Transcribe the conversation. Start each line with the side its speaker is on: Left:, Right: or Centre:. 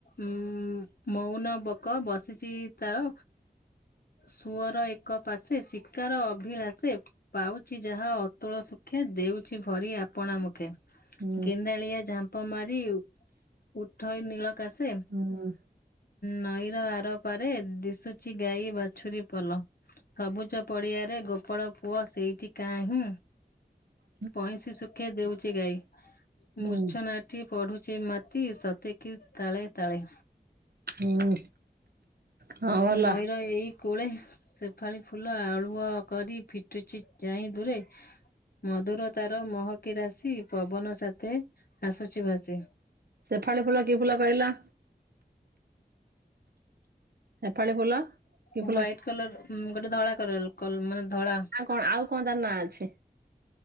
Left: ଉଁ ମୋଉନ ବକ ବସିଛି ତାର ସୁଅର ଏକ ପାଶେ ଶିକାର ଅଭିଳାଷେ ପାଉଛି ଯାହା ଅତୁଳ ଶୁଖେ ଦେଉଛି ଭରି ଆପଣା ମୁଖେ।
Right: ହୁଁ
Left: ଗେଣ୍ଡାଳିଆ ଝାମ୍ପ ମାରି ଉ ଉଠଇ ନୀଳ କାଶେ
Right: ହୁଁ
Left: ନଈର ଆରପାରେ ଦିଶୁଚି ଗାଈ ବାଛୁରୀ ପଲ। ସବୁଜ ପଡିଆରେ ଗୋପାଳ ପୁଅ ସେଇଠି କାହିଁ
Right: <inaudible>
Left: ପଇଁଶି ଶୁଖେ ଦେଉଛି ଗାଈ
Right: ହୁଁ
Left: ମୂର୍ଛନାଟି ପଢୁଛି ମା ଟି ସତେ କି ତାଳେ ତାଳେ।
Right: ହୁଁ। ହଁ ଭଲ।
Left: ନଈର ଏଇ କୂଳେ ସେଫାଳି ଫୁଲ ଆଳୁଅ କରି ଫିଟୁଛି ଯାଇ ଦୂରେ ମଧୁର ତାର ମହକି ରାଶି ପବନ ସାଥେ ଆସୁଛି ଭାସି।
Right: ସେଫାଳି ଫୁଲ କି ଫୁଲ କହିଲ? ସେଫାଳି ଫୁଲ। କି
Left: ହ୍ୱାଇଟ
Right: ଫୁଲ
Left: କଲର ଉଁ ଗୋଟେ ଧଳା କଲର କଲ ମାନେ ଧଳା।
Right: କଣ ଆଉ କଣ ତାର ନାଁ ଅଛି?